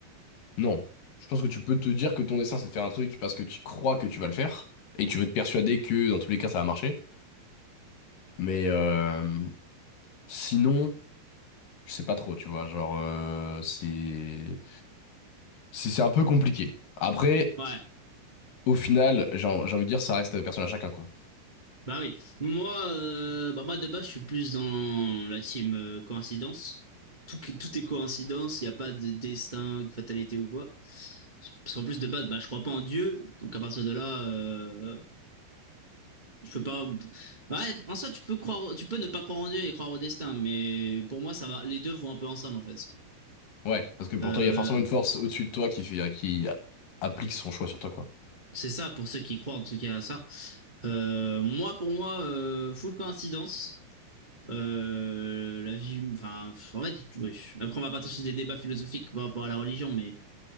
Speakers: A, on the left; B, on the right.
A: Non. Je pense que tu peux te dire que ton destin, c'est de faire un truc parce que tu crois que tu vas le faire et tu veux te persuader que, dans tous les cas, ça va marcher. Mais euh, sinon, je sais pas trop, tu vois, genre, euh, c'est... C'est c'est un peu compliqué. Après,
B: Ouais.
A: au final, j'ai en- j'ai envie de dire, ça reste personne à chacun, quoi.
B: Bah oui, moi, euh, bah moi de base, je suis plus dans la team euh, coïncidence. Tout, qui- tout est coïncidence, il n'y a pas de destin ou de fatalité ou quoi. Parce qu'en plus de base, bah, je crois pas en Dieu, donc à partir de là, euh, je peux pas. Ouais, en soi, tu peux croire, tu peux ne pas croire en Dieu et croire au destin, mais pour moi, ça va, les deux vont un peu ensemble en fait.
A: Ouais, parce que pour
B: Euh,
A: toi, il y a forcément une force au-dessus de toi qui fait, qui applique son choix sur toi, quoi.
B: c'est ça pour ceux qui croient en tout cas à ça. Euh, moi, pour moi, euh, full coïncidence. euh, la vie, enfin, en fait, oui. Après, on va partir sur des débats philosophiques par rapport à la religion, mais